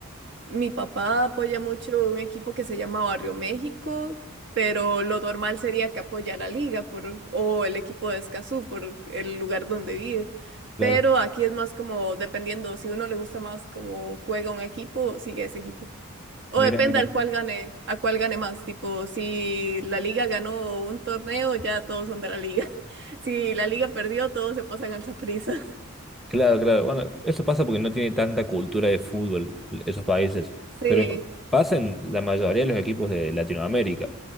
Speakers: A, on the right; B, in the centre.
A: Mi papá apoya mucho un equipo que se llama Barrio México, pero lo normal sería que apoya la liga por, o el equipo de Escazú por el lugar donde vive.
B: más.
A: Pero aquí es más como dependiendo, si uno le gusta más como juega un equipo, sigue ese equipo. O
B: Mira,
A: depende
B: mira.
A: al cual gane, a cuál gane más. Tipo, si la liga ganó un torneo, ya todos son de la liga. <laughs> Si la liga perdió, todos se pasan al Saprissa.
B: Claro, claro. Bueno, eso pasa porque no tiene tanta cultura de fútbol esos países,
A: Sí.
B: pero pasa en la mayoría de los equipos de Latinoamérica.